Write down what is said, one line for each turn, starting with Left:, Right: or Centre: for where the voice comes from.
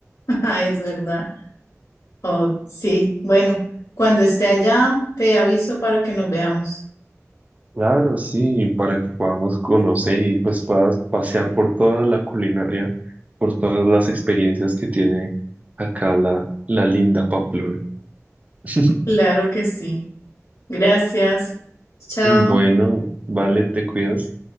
Left: <laughs> es verdad. Oh, sí, bueno, cuando esté allá te aviso para que nos veamos.
Right: Claro, sí, para que podamos conocer y pues puedas pasear por toda la culinaria, por todas las experiencias que tiene acá la, la linda Pamplona. <laughs>
Left: Claro que sí. Gracias. Chao.
Right: Bueno, vale, te cuidas.